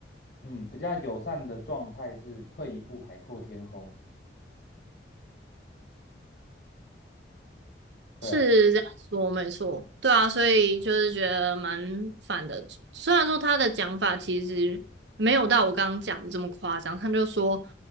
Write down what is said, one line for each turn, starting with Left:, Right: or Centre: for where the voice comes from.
Left: 嗯比较友善的状态是退一步海阔天空。对啊。
Right: 是这样说，没错，对啊，所以就是觉得蛮烦的。虽然说他的讲法其实没有到我刚刚讲的这么夸张，他就说，